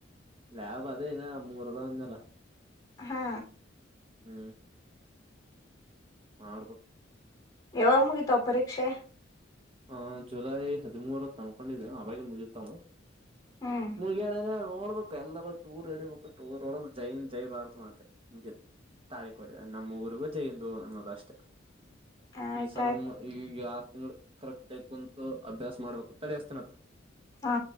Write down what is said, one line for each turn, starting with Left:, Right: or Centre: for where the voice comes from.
Right: ಲಾಬ್ ಅದೇ ನ ಮೂರುದ ಅಂದಲ್ಲ
Left: ಹಾ
Right: ಹ್ಮ್ ಮಾಡ್ಬೇಕ್
Left: ಎವಗ್ ಮುಗಿತವ್ ಪರಿಕ್ಷೆ.
Right: ಆ ಜುಲೈ ಹದಿಮೂರ ತನ್ಕೊಂಡಿದ್ದ ಆವಗಿ ಮುಗಿತವ್
Left: ಹ್ಮ್
Right: ಮುರ್ಗಿಯಣ ನೋಡ್ಬೇಕಕ್ ಎಲ್ಲಾರ ಟೂರ್ ರಡಿಬೇಕು ಟೂರ್ ನೋಡ ಜೈನ್ ಜೈ ಬಾರತ್ ಮತ್ತೆ ಹಂಗಿತ್. ತಾಳಿ ಕೊಡೆ ನಮ್ಮ ಊರಿಗ್ ಬಂದ್ ತೆ ಇಂದು ಅನ್ನದ್ ಅಷ್ಟೆ
Left: ಆಯ್ತಾಯ್ತು
Right: ಈ ಸಲಾಂದ ಈಗ್ ಯಾರ್ <unintelligible> ಕರೆಕ್ಟ್ ಆ ಕುಂತು ಅಭ್ಯಾಸ ಮಾಡ್ಬೇಕಕ್ ತಳಿಸ್ತೇನತ್
Left: ಹಾ